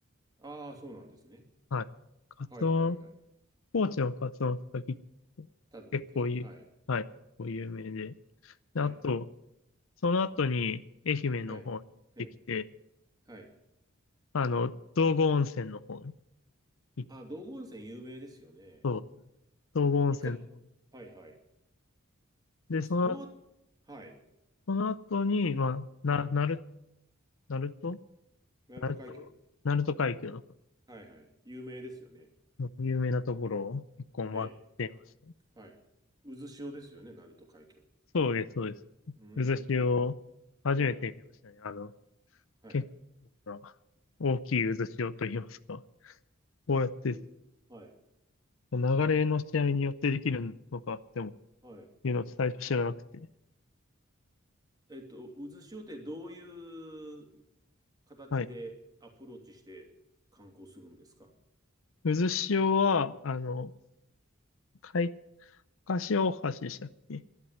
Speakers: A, on the right; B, on the left.
A: ああ、そうなんですね。
B: はい。カツオ
A: はいはいはい。
B: 高知のカツオのたたきって結構有はい、
A: 食べて、はい。
B: 結構有名で。
A: はい。
B: であと、その後に愛媛の方に行ってきて、
A: はい。はい。はい。
B: あの、道後温泉の方に行っ
A: あ、道後温泉有名ですよね。
B: そうですね道後温泉の方に。
A: いか、はいはい。
B: で、
A: そのあ、
B: その、
A: はい。
B: その後に、まあ、な、
A: はい。
B: なる、鳴門
A: 鳴門海峡。
B: 鳴門、鳴門海峡の方
A: はいはい。有名ですよね。
B: の有名なところを結構回ってましたね。
A: ええ。はい。渦潮ですよね、鳴門海峡。う
B: そうです、そうです。
A: ー
B: 渦潮、
A: ん。
B: 初めて見ましたね。
A: はい。
B: あの、
A: はい。
B: 結構な大きい渦潮と言いますか。こうやって、
A: う、はい、
B: 流れの試合によってできるのかっても、
A: はい。
B: いうのを最初知らなくて。
A: えっと、渦潮ってどういう形でアプローチして観光するんですか
B: はい。渦潮は、あの、海、かし大橋でしたっけ